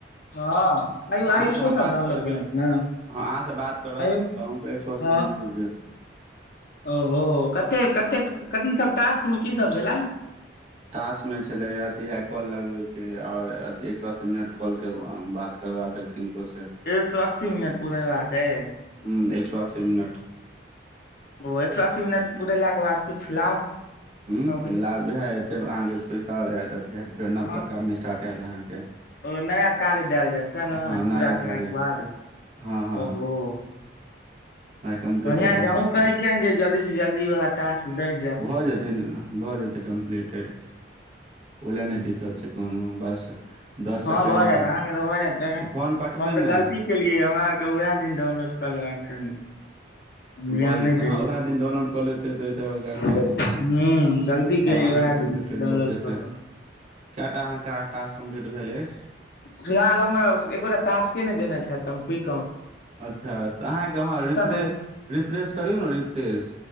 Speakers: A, on the left; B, on the right.
A: हँ आयु
B: अहाँ
A: आयुषो
B: से हम
A: सब
B: बात
A: डाउनलोड
B: करबै
A: केने छै
B: अहाँस
A: ने
B: बात करब
A: आयुष
B: तँ अहुॅंक एक सए अस्सी
A: हाँ
B: मिनट पुरि जायत
A: ओहो कते कते कथी सब टास्क मे की सब छेला
B: टास्क मे छलै आ अथी येहे काॅल लगबै आओर अथि एक सए अस्सी मिनट कॉल के बात करबाक यै किनको से
A: एक सए अस्सी मिनट पूरेबाक अइ
B: हूं एक सए अस्सी मिनट
A: ओ एक सए अस्सी मिनट पुरेलाके बाद किछ लाभ
B: हुं
A: कहबै
B: लाभ उहे हेतै अहाँके पैसा एत अथि हेऽत फेर नबका
A: हँ
B: काम मे स्टार्ट हेऽत अहाँके
A: ओ नया काज देल जाइत सेह न
B: हँ
A: ई
B: नया
A: पूरा केलाक
B: कार्य
A: बाद
B: हँ हँ
A: ओहो
B: आ कम्प्लीटेड
A: बढ़िया
B: रहबाक
A: छै हमहू
B: चाही।
A: कहै छियनि जे जल्दी सँ जल्दी वाला टास्क दै
B: भऽ जेतनि भऽ जेतै कम्प्लीटेड ओ लए नय दिक्कत छै कोनो बस दस सेकेण्ड
A: हं भ
B: आर
A: जायत अहाँके तऽ भ जायत कियाकि
B: फोन कटबै
A: हम तऽ
B: ने
A: गलती केलियै हमरा आरके उहे दिन डाउनलोड क लेबाक चाही ध्यान
B: भऽ जेतै
A: नहि देलियै
B: हँ उएह दिन डाउनलोड कऽ लेते तऽ एते बड़का नय
A: हूँ
B: अथि हेते
A: गलती केलियै
B: आराम
A: उएह
B: से कम्पलिट
A: दिन
B: फेर
A: डाउनलोड
B: बतेतथि
A: कऽ कऽ
B: केऽटा अहाँके टास्क कम्प्लीट भेल अय
A: फिलहाल हमर एकोटा टास्के नय देने छथि तऽ हम कि
B: अच्छा तऽ अहाँके अहाँ रिफ्रेश
A: वला
B: रिफ्रेश करियौ ने रिफ्रेश